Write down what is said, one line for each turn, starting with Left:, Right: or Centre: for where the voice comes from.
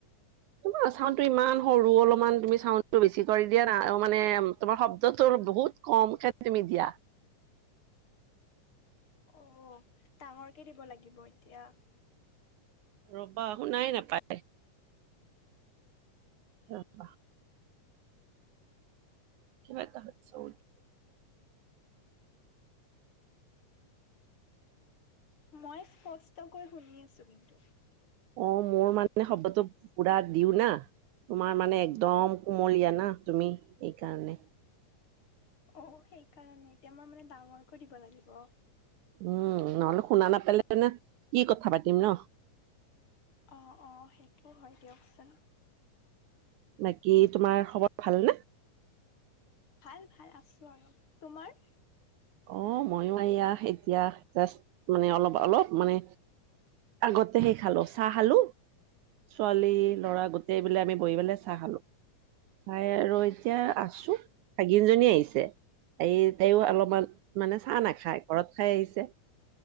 Right: মাৰ, চাউণ্ডটো ইমান সৰু অলপমান, তুমি চাউণ্ডটো বেছি কৰি দিয়া না, মানে তোমাৰ শব্দটোৰ বহুত কমকে তুমি দিয়া।
Left: অ'। ডাঙৰকে দিব লাগিব এতিয়া।
Right: ৰ'বা, শুনাই নাপায়। <unintelligible> <unintelligible>
Left: মই স্পষ্টকৈ শুনি আছোঁ কিন্তু।
Right: অ', মোৰ মানে শব্দটো, পুৰা দিওঁ না। তোমাৰ মানে একদম কুমলীয়া না তুমি, এইকাৰণে।
Left: অ', সেইকাৰণে, এতিয়া মই মানে ডাঙৰকৈ দিব লাগিব।
Right: উম নহ'লে শুনা নাপালে নে, কি কথা পাতিম ন।
Left: অ', অ', সেইটোওঁ হয়, দিয়কচোন।
Right: বাকী, তোমাৰ খবৰ ভালনে?
Left: ভাল ভাল, আছোঁ আৰু, তোমাৰ?
Right: অ', ময়ো এইয়া এতিয়া জাষ্ট, মানে অলপ অলপ মানে আগতে হেৰি খালোঁ, চাহ খালোঁ। ছোৱালী, ল'ৰা
Left: অ
Right: গোটেইবিলাক আমি বহি পেলাই চাহ খালোঁ। খাই আৰু
Left: অ
Right: এতিয়া আছোঁ, ভাগিন জনী আহিছে, এই তাইও অলপমান মানে চাহ নাখায়, ঘৰত খাই আহিছে,